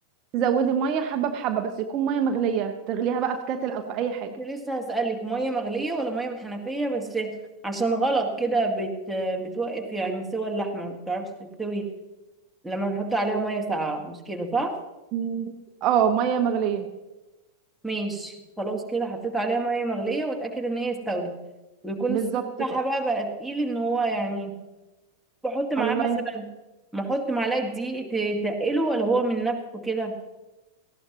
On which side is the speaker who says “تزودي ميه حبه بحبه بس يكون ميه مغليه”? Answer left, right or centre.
Right